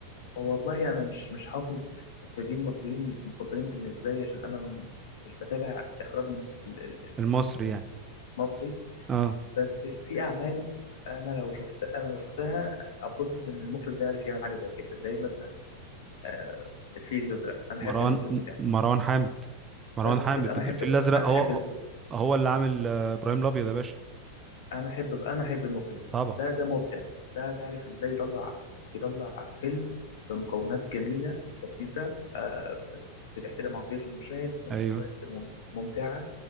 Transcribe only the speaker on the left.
والله انا مش مش حافظ مخرجين مصريين مفضلين بالنسبه لي عشان انا م- مش بتابع اخراج المص- ال- ال-
المصري
بس في اعمال انا لو شفت انا لو شفتها اتبسط ان المخرج ده عارف يعمل حاجه زي كده زي مثلا آه، الفيل الازرق انا
احب المخرج
بتاعه
بس
كده انا احب
انا
احب
المخرج ده
انا احب انا احب المخرج ده
ده ده مبدع ده ده عارف ازاي يطلع يطلع فيلم بمكونات جميله بسيطه آه، بتحترم عقليه المشاهد في نفس
الوقت مم- ممتعه